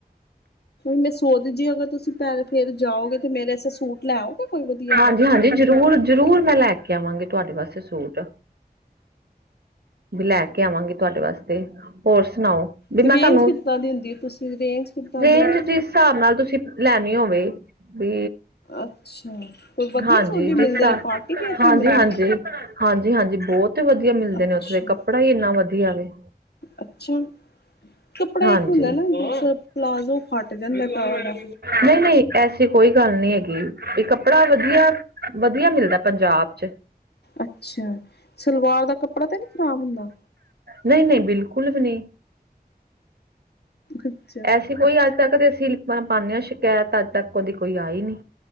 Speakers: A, on the left; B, on the right.
A: ਮੈਂ ਸੋਚ ਜੇ ਅਗਰ ਤੁਸੀਂ ਪੈ ਫੇਰ ਜਾਓਗੇ ਤੇ ਮੇਰੇ ਵਾਸਤੇ ਸੂਟ ਲੈਓਗੇ ਕੋਈ ਵਧੀਆ
B: ਹਾਂਜੀ
A: ਜਾਹਾ।
B: ਹਾਂਜੀ, ਜ਼ਰੂਰ। ਜ਼ਰੂਰ ਮੈਂ ਲੈ ਕੇ ਆਵਾਂਗੀ ਤੁਹਾਡੇ ਵਾਸਤੇ ਸੂਟ। ਲੈ ਕੇ ਆਵਾਂਗੀ। ਤੁਹਾਡੇ ਵਾਸਤੇ ਹੋਰ ਸੁਣਾਓ ਵੀ
A: ਤੇ ਰੇਂਜ
B: ਮੈਂ ਤੁਹਾਨੂੰ
A: ਕਿੱਦਾਂ ਦੀ ਹੁੰਦੀ ਹੈ, ਤੁਸੀਂ ਰੇਂਜ ਕਿੱਦਾਂ
B: ਰੇਂਜ
A: ਦੀ
B: ਜਿਸ ਹਿਸਾਬ ਨਾਲ। ਤੁਸੀਂ ਲੈਣੀ ਹੋਵੇ। ਵੀ
A: ਅੱਛਾ ਕੋਈ ਵਧੀਆ
B: ਹਾਂਜੀ।
A: ਸੂਟ ਵੀ
B: ਜਿਸ
A: ਮਿਲਦੇ
B: ਹਾਂਜੀ-
A: ਨੇ ਪਾਰਟੀ ਵੇਅਰ ਵੀ ਮਿਲਦੇ
B: ਹਾਂਜੀ।
A: ਨੇ
B: ਹਾਂਜੀ- ਹਾਂਜੀ ਬਹੁਤ ਵਧੀਆ ਮਿਲਦੇ
A: ਅੱਛਾ
B: ਨੇ ਉੱਥੇ ਦੇ ਕੱਪੜਾ ਹੀ ਇੰਨਾ ਵਧੀਆ ਵ।
A: ਅੱਛਾ। ਕੱਪੜਾ
B: ਹਾਂਜੀ
A: ਇੱਕ ਹੁਲਾ ਨਾ ਪਲਾਜ਼ੋ ਫੱਟ ਜਾਂਦਾ। ਕ
B: ਨਹੀਂ- ਨਹੀਂ ਐਸੀ ਕੋਈ ਗੱਲ ਨਹੀਂ ਹੈਗੀ ਵੀ ਕੱਪੜਾ ਵਧੀਆ, ਵਧੀਆ ਮਿਲਦਾ ਪੰਜਾਬ। ੱ <inaudible>
A: ਅੱਛਾ। ਸਲਵਾਰ ਦਾ ਕੱਪੜਾ ਤਾਂ ਨਹੀਂ ਖ਼ਰਾਬ ਹੁੰਦਾ।
B: ਨਹੀਂ- ਨਹੀਂ ਬਿਲਕੁਲ ਵੀ ਨਹੀਂ।
A: ਅੱਛਾ।
B: ਐਸੀ ਕੋਈ ਅੱਜ ਤੱਕ ਤੇ ਅਸੀਂ ਪਾਉਂਦੇ ਹਾਂ ਸ਼ਿਕਾਇਤ ਅੱਜ ਤੱਕ ਉਹਦੀ ਕੋਈ ਆਈ ਨ।